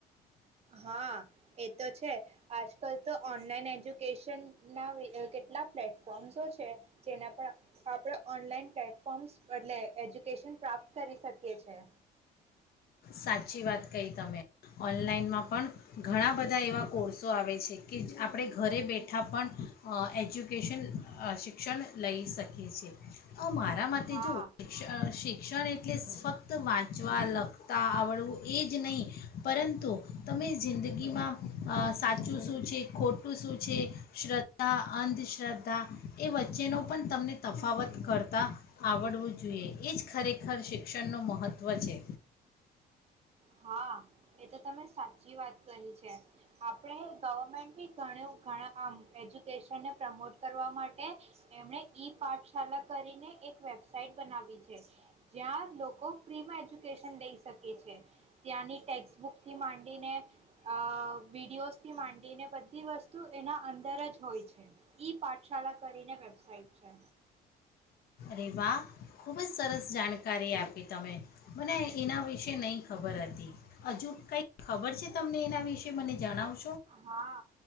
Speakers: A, on the right; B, on the left.
A: હા એ તો છે આજકાલ તો, ઓનલાઈન એજુકેશન ના કેટલા પ્લેટફોર્મ્સો છે જેના પર આપણે ઓનલાઈન પ્લેટફોર્મ્સ એટલે એજ્યુકેશન પ્રાપ્ત કરી શકીએ છ છે.
B: સાચી વાત કહી તમે ઓનલાઈનમાં પણ ઘણા બધા એવા કોર્સો આવે છે, કે આપણે ઘરે બેઠા પણ એજ્યુકેશન શિક્ષણ લઈ શકીએ છ છેએ. મારા માટે
A: હા
B: જો શિક્ષણ શિક્ષણ એટલે ફક્ત વાંચવા અલગ ત આવડવું એ જ નહીં પરંતુ તમે જિંદગીમાં સાચું શું છે ખોટું શું છે શ્રદ્ધા અંધશ્રદ્ધા એ વચ્ચેનો પણ તમને તફાવત કરતાં આવડવું જોઈએ એ જ ખરેખર, શિક્ષણનું મહત્ત્વ છે.
A: હા એ તો તમે સાચી વાત કહી છે આપ આપણે ગવર્મેન્ટ બી ઘણ ઘણા આમ એજ્યુકેશનને પ્રમોટ કરવા માટે એમણે ઈ પાઠશાળા કરીને એક વેબસાઇટ બનાવી છે જ્યાં લોકો ફ્રીમાં એજ્યુકેશન લઈ શકે છે ત્યાંની. ટેક્સબુક થી માંડીને અ વિડીિયોઝથી માંડીને બધી વસ્તુ એના અંદર જ હોય છે ઈ પાઠશાળા કરીને વેબસાઇટ છે.
B: રવા ખૂબ જ સરસ જાણકારી આપી. તમે મને એના વિશે નહીં ખબર હતી. હજુ કંઈ ખબર છે તમને એના વિશે મને જણાવો.
A: હા